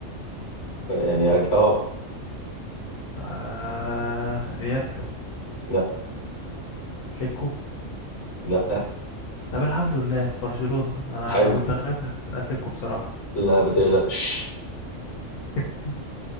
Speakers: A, on the left; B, on the left.
A: يعني أج... اه
B: طيب آه، ريال
A: لا
B: اتلتيكو
A: لا
B: طب الحمد لله برشلونة انا
A: حلو
B: انا كنت خايف من اتلتيكو بصراحة
A: لا ما تقلقش
B: <laughs>